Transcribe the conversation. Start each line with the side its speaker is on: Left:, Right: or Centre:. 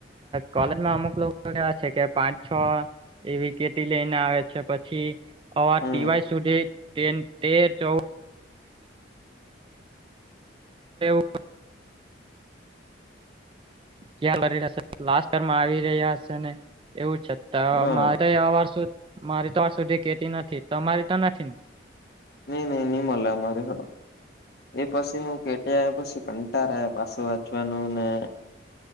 Right: કોલેજમાં અમુક લોકો એવા છે કે પાંચ છ એવી કેટી લઈને આવે છે પછી અવા
Left: હમ
Right: ટિવાય સુધી તેર ચૌદ <inaudible> ક્યા લનેશે લાસ્ટ સેમમાં આવી રહ્યા હશે ને એવું છે. <unintelligible> તો
Left: હા
Right: મારે આવા સુ મારી તો આજ સુધી કેટી નથી તોમારી તો નથીને?
Left: ની ની ની મલે અમારે હ. એ પછી હું કેટી પછી કંટારા આવે પાસે વાંચવાનું ને.